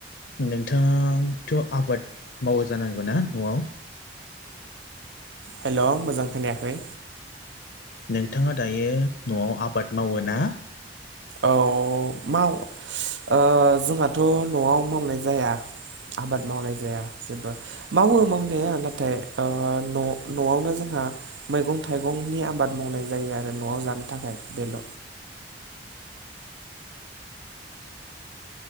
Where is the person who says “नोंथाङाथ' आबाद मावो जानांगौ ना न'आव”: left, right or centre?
Left